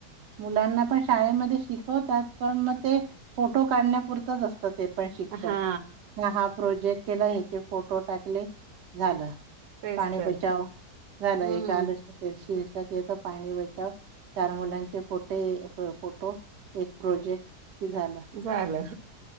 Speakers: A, on the right; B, on the right.
A: मुलांना पण शाळेमध्ये शिकवतात पण मग ते फोटो काढण्यापुरतच असत ते पण शिक्षण
B: हा
A: ह हा प्रोजेक्ट केला ह्याचे फोटो टाकले झाला
B: तेच
A: पाणी
B: तर
A: बचाव झाला
B: हम्म
A: एक आलस त्याच्याव तेथ पाणी बेचाव चार मुलांचे फोटे फोटो एक प्रोजेक्ट कि झालं
B: झालं